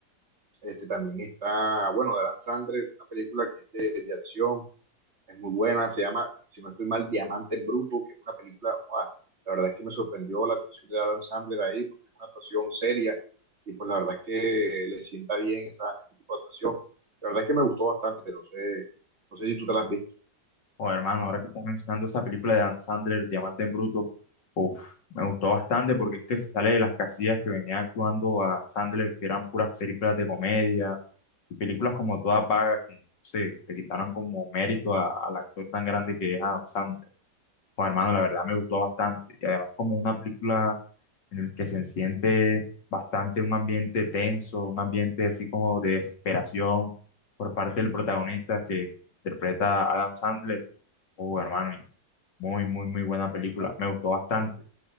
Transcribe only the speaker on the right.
Este, también está, bueno, de Adam Sandler, una película que es de, de acción, es muy buena, se llama, si no estoy mal, Diamante en Bruto, que es una película, wow, la verdad es que me sorprendió la actuación de Adam Sandler ahí, porque es una actuación seria y pues la verdad es que le sienta bien esa, ese tipo de actuación. La verdad es que me gustó bastante, no sé, no sé si tú te la has visto,